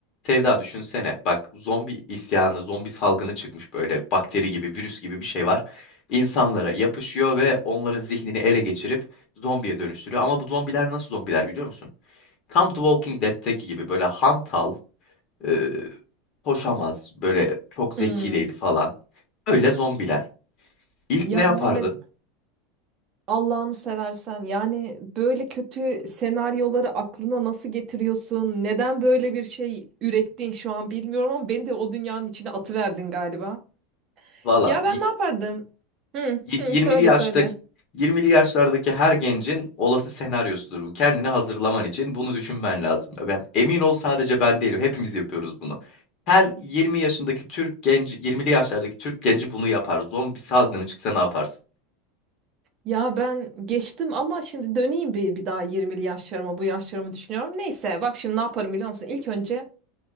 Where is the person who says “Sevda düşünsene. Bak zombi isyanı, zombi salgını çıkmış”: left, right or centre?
Left